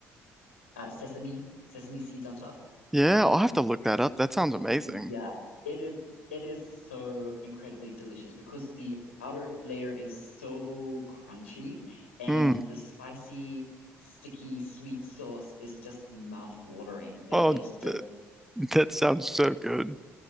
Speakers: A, on the left; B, in the centre.
A: uh, sesame, sesame seeds on top.
B: Yeah, I'll have to look that up. That sounds amazing.
A: Yeah, it is it is so incredibly delicious because the outer layer is so crunchy and
B: Hmm.
A: the spicy, sticky, sweet sauce is just mouth-watering. It
B: Oh,
A: is just
B: th that sounds so good.